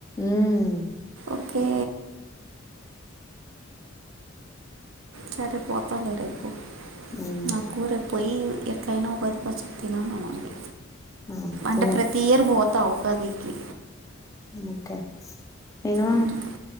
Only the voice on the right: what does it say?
ఓకే సరే పోతలే రేపు
నాకు రేపు పోయి ఎట్లైనా ఉగాది పచ్చడి తినాలని ఉంది
అంటే
ప్రతి ఇయర్ పోతావ్ పదికి
అందుకే.